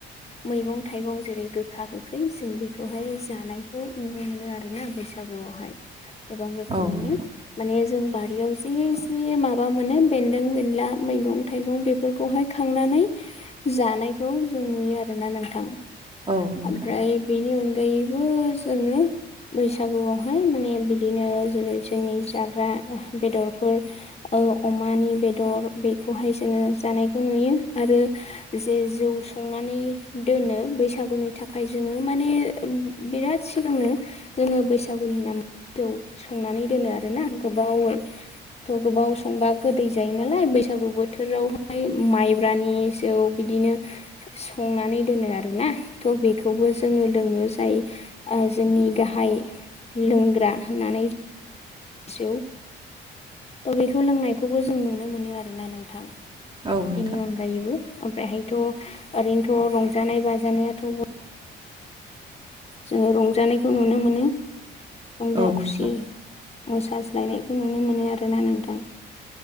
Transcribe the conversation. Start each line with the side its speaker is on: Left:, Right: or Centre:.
Left: मैगं थाइगं जेरै गोखा गोखै जों बेखौहाय जानायखौ नुनो मोनो आरोना बसोर बैसागुआवहाय गोबां रोखोमैनो
Right: औ नोंथां
Left: माने जों बारियाव जे जे माबा मोनो बेन्दों बेनला मैगं थाइगं बेफोरखौहाय खांनानै जानायखौ जों नुयो आरोना नोंथां।
Right: औ नोंथां
Left: आमफ्राय बेनि अनगायैबो जोङो बैसागुआवहाय माने बिदिनो जेरै जोंनि जाग्रा बेदरफोर अमानि बेदर बेखौहाय जोङो जानायखौ नुयो आरो जे जौ संनानै दोनो बैसागुनि थाखाय जोङो माने बिराद सिगांनो जोङो बैसागुनि नामै जौ संनानै दोनो आरोना गोबावै थ' गोबाव संबा गोदै जायो नालाय बैसागु बोथोरावहाय माइब्रानि औ बिदिनो संनानै दोनो आरोना थ' बेखौबो जोङो लोङो जायो जोंनि गाहाय लोंग्रा होननानै जौ त' बेखौ लोंनायखौबो जों नुनो मोनो आरोना नोंथां
Right: औ नोंथां
Left: बिनि अनगायैबो ओमफ्रायहायथ' ओरैनोथ' रंजानाय बाजानायाथ' जोङो रंजानायखौ नुनो मोनो रंजा
Right: औ नोंथां
Left: खुसि मोसाज्लायनायखौ नुनो मोनो आरोना नोंथां